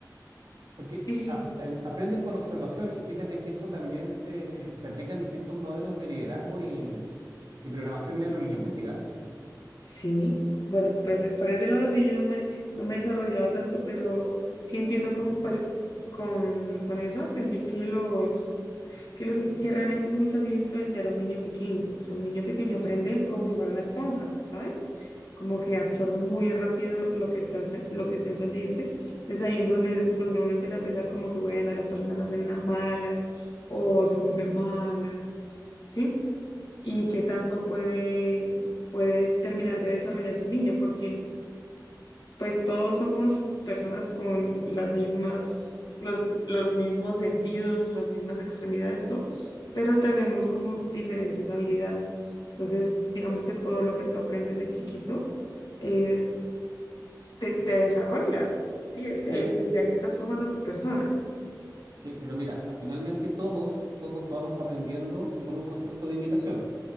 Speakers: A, on the right; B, on the left.
A: porque
B: sí, sí,
A: ap- eh, aprendes por observación y fíjate que eso también se, se aplica en distintos modelos de liderazgo y, y programación neurolingüística.
B: sí. Bueno, pues eh, por ese lado sí, yo no me, no me he desarrollado tanto, pero sí entiendo cómo pues, con, con eso aprendí que los que, los- que realmente es muy fácil influenciar a un niño pequeño. O sea, un niño pequeño aprende como si fuera una esponja, ¿sabes? Como que absorbe muy rápido lo que está, su- lo que está en su ambiente. Entonces ahí es donde, donde uno empieza a pensar como que, bueno, las personas nacen na- malas o se vuelven malas, ¿sí? Y qué tanto puede, puede terminar de desarrollarse el niño, porque pues todos somos personas con las mismas, los, los mismos sentidos, las mismas extremidades y todo, pero tenemos como diferentes habilidades. Entonces, digamos que todo lo que tú aprendes de chiquito eh, te, te desarrolla, ¿sí? Eh,
A: Sí,
B: desde ahí estás formando a tu persona.
A: sí, pero mira, finalmente todos, todos vamos aprendiendo por un concepto de imitación.